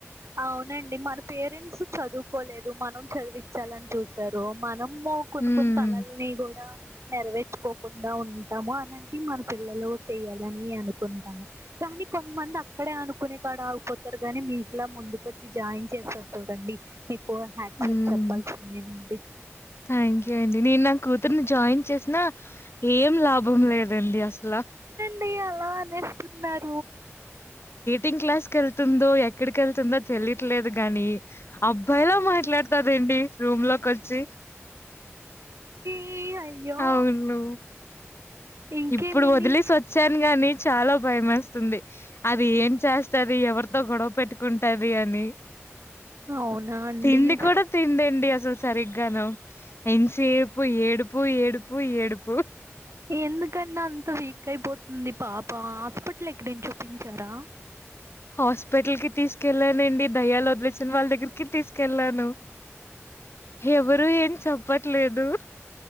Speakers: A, on the right; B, on the left.
A: అవునండి మన పేరెంట్స్ చదువుకోలేదు మనం చదివించాలని చూసారు మనం మ్మో కొన్ని
B: ఉమ్
A: కొన్ని కళల్ని కూడా నెరవేర్చుకోకుండా ఉంటాము అనంటి మన పిల్లలు చేయాలి లని అనుకుంటాము. కానీ కొంతమంది అక్కడే అనుకునే కాడ ఆగిపోతారు, గానీ మీకు లా ముందుకుొచ్చి జాయిన్ చేస్తారు చూడండి. మిక్ కు హ్యాట్సాప్
B: ఉమ్
A: చెప్పాల్సిందేనండి.
B: థ్యాంక్ యూ అండి నేను నా కూతుర్ని జాయిన్ చేసిన ఏం లా భం లేదండి అసలా
A: డి అలా అనేస్తున్నార్
B: ంగ్ క్లాస్ ఎల్ తుందో ఎక్కడికి వెళ్తుందో తెలియట్లేదు కానీ అబ్బాయిలా మాట్లాడతాదేంటి రూమ్ లోకి వచ్చి
A: డి అయ్యో
B: అవును
A: ఇంకేమేమి
B: ఇప్పుడు వదిలేసి వచ్చాను గాని చాలా భయమేస్తుంది. అది ఏం చేస్తది ఎవర్ తో గొడవ పెట్టుకుంటాది అని
A: అవునా అండి
B: తిండి కూడా తిండిండి అసలు సరిగ్గాను ఎంతసేపు ఏడుపు ఏడుపు ఏడుపు
A: ఎందుకండి అంత వీక్ అయిపోతుంది పాప హాస్పిటల్ ఎక్కడయిన చూపించారా
B: హాస్పిటల్ కి తీసుకెళ్లాానండి దయ్యాలు వదిలే చో వాళ్ళ దగ్గరికి కి తీసుకెల్లాను ఎవరు ఏం చెప్పట్ లేదు.